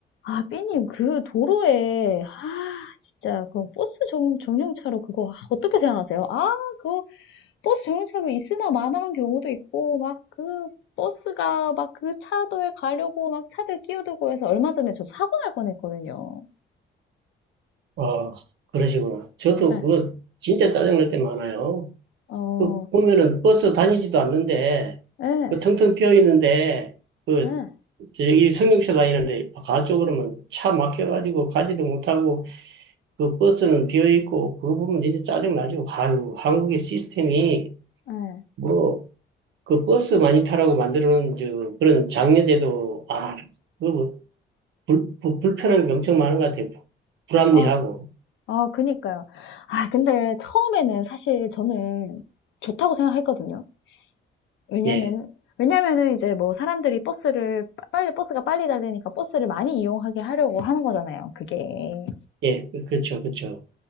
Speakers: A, on the left; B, on the right.
A: 아, 삐님, 그 도로에, 아, 진짜, 그 버스 정, 정류차로 그거, 아, 어떻게 생각하세요? 아, 그거, 버스 정류차로 있으나 마나한 경우도 있고, 막 그, 버스가 막 그 차도에 가려고 막 차들 끼어들고 해서 얼마 전에 저 사고 날 뻔했거든요.
B: 아, 그러시구나. 저도
A: 예,
B: 그거 진짜 짜증날 때 많아요.
A: 어,
B: 그 보면은 버스 다니지도 않는데,
A: 예,
B: 그 텅텅 비어 있는데, 그,
A: 예,
B: 저기 승용차 다니는데, 가쪽 그러면 차 막혀가지고 가지도 못하고, 그 버스는 비어 있고, 그거 보면 진짜 짜증나죠. 아유, 한국의 시스템이,
A: 예.
B: 뭐, 그 버스 많이 타라고 만들어 놓은 저 그런 장려제도, 아, 그거 뭐, 불, 불, 불편한 게 엄청 많은 것 같아요. 불합리하고.
A: 아, 아, 그니까요. 아, 근데 처음에는 사실 저는 좋다고 생각했거든요. 왜냐면은,
B: 예,
A: 왜냐면은 이제 뭐 사람들이 버스를, 빨리, 버스가 빨리 달리니까 버스를 많이 이용하게 하려고 하는 거잖아요, 그게.
B: 예, 그- 그렇죠, 그렇죠.